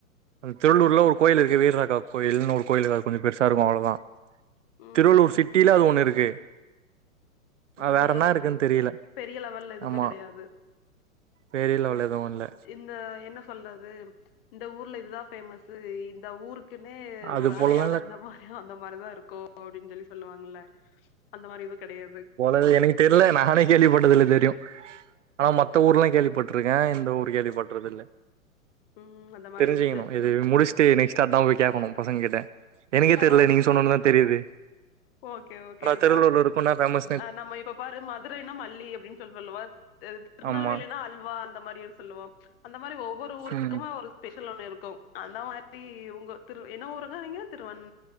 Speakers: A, on the right; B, on the left.
A: அந் திருள்ளூர்ல
B: ம்
A: ஒரு கோயில் இருக்கு வீரராகவா கோயில்னு ஒரு கோயிலு அ கொஞ்சோ பெர்சா இருக்கோ அவ்ளோதா
B: ம்
A: திருவள்ளூர் சிட்டீல அது ஒண்ணு இருக்கு
B: ஒண்ணுதா
A: வேற என்ன
B: இருக்கா
A: இருக்குன்னு
B: அங்
A: தெரியல
B: பெரீய லெவல்ல எதுவுமே
A: ஆமா
B: கெடையாது
A: பேரில
B: அ
A: அவ்ளோ எதுவு இல்ல
B: இந்த என்ன சொல்றது இந்த ஊர்ல இதுதா ஃபேமஸ்சு இந்த ஊருக்குன்னே
A: அது
B: ஒரு அடையாளோ
A: போலலா இல்ல
B: இந்த மாரி அந்த இந்த மாரி தா இருக்கோ அப்டின்னு சொல்லி சொல்லுவாங்கல அந்த மாரி எதுவு கெடையாது
A: அது எனக்கு தெர்ல நானே கேள்விப்பட்டது இல்ல இது வெரியு ஆனா மத்த ஊர்லா கேள்விப்பட் பட்ருக்கே இந்த ஊரு கேள்வி பட்றது இல்ல
B: ம் அந்த மாரி
A: தெரிஞ்சுக்கணோ
B: எதுவு தெர்
A: இது முடிச்ட்டு நெக்ஸ்ட் அதா போய் கேக்கணும் பசங்க கிட்ட எனக்கே தெர்ல
B: ஓ
A: நீங்க சொன்னோன்னதா தெரியுது
B: ஓகே ஓகே ஓக்
A: திருவள்ளூர்ல இருக்கோன்னா ஃபேமஸ்
B: ஆ நம்ம இப்ப பாரு மதுரைனா மல்லி அப்டின்னு சொல்றோ இல்லவா தி திருநெல்வேலினா
A: ஆமா
B: அல்வா அந்த மாரியே சொ ல்லுவோ அந்த மாரி ஒவ்வோரு ஊருக்குமே
A: ம்
B: ஒரு ஸ்பெஷல் இன்னோன்னு இருக்கும் அந்த மாரி உங்க திரு என்ன ஊருங்க நீங்க திருவன்